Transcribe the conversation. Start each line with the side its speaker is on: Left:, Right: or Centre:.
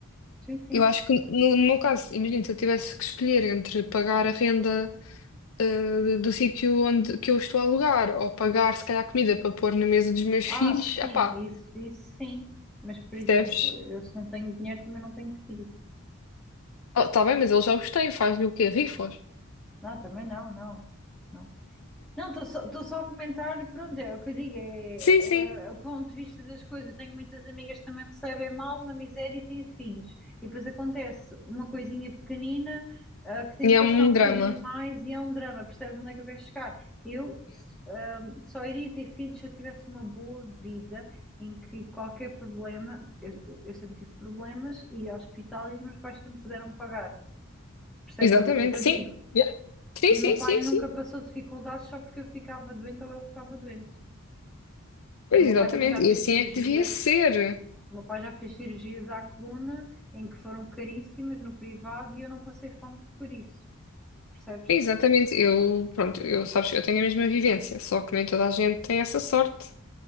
Centre: Sim, sim.
Left: Eu acho que no, no meu caso, imagina, se eu tivesse que escolher entre pagar a renda eh, do sítio onde que eu estou a alugar ou pagar, se calhar, comida para pôr na mesa dos meus
Centre: Ah,
Left: filhos,
Centre: sim,
Left: ah pá,
Centre: isso, isso sim. Mas, por
Left: percebes?
Centre: exemplo, eu se não tenho dinheiro também não tenho filho.
Left: Oh, tá bem, mas eles já os têm, faz-lhe o quê? Rifos?
Centre: Não, também não, não. não. Não, estou só, tô só a comentar, pronto, é o que eu digo, é,
Left: Sim, sim.
Centre: é o ponto de vista das coisas. Eu tenho muitas amigas que também recebem mal na miséria e têm filhos. E depois acontece uma coisinha pequenina, ah, que tem
Left: E
Centre: que
Left: é um
Centre: gastar um bocadinho
Left: drama.
Centre: mais e é um drama, percebes onde é que eu quero chegar? Eu, s- ah, só iria ter filhos se eu tivesse uma boa vida em que qualquer problema, eu, eu sempre tive problemas e hospital e os meus pais sempre puderam pagar. Percebes
Left: Exatamente,
Centre: o que é que eu
Left: sim.
Centre: digo?
Left: Yeah. Sim,
Centre: E
Left: sim,
Centre: o meu pai
Left: sim,
Centre: nunca
Left: sim.
Centre: passou dificuldades só porque eu ficava doente ou ele ficava doente.
Left: Pois,
Centre: E o meu
Left: exatamente.
Centre: pai também já fez
Left: E assim
Centre: cirurgias.
Left: é que devia ser.
Centre: O meu pai já fez cirurgias à coluna em que foram caríssimas no privado e eu não passei fome por isso. Percebes?
Left: Exatamente. Eu, pronto, eu, sabes, eu tenho a mesma vivência, só que nem toda a gente tem essa sorte.